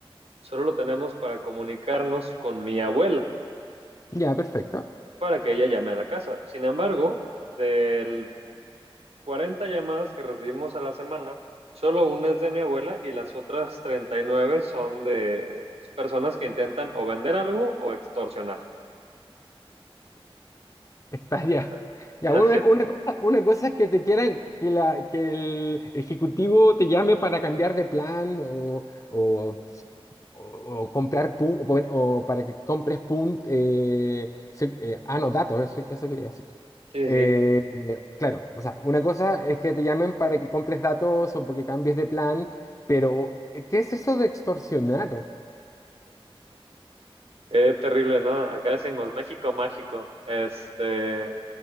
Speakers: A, on the right (about 80°); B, on the left (about 35°).
A: solo lo tenemos para comunicarnos con mi abuela.
B: ya, perfecto.
A: para que ella llame a la casa. Sin embargo, del 40 llamadas que recibimos a la semana, solo una es de mi abuela y las otras 39 son de pues, personas que intentan o vender algo o extorsionar.
B: Hectárea.
A: <laughs>
B: Ya,
A: Para
B: Ya, bueno, una, una cosa, una cosa es que te quieran, que, la, que el ejecutivo te llame para cambiar de plan o, o, o- o comprar pun- o, poner- o para que compres pun- eh, se- eh, ah, no, datos, eso, eso quería decir.
A: Sí,
B: Eh,
A: sí, sí.
B: eh, claro, o sea, una cosa es que te llamen para que compres datos o porque cambies de plan, pero eh, ¿qué es eso de extorsionar?
A: qué terrible, ¿no? Acá decimos México mágico. Este,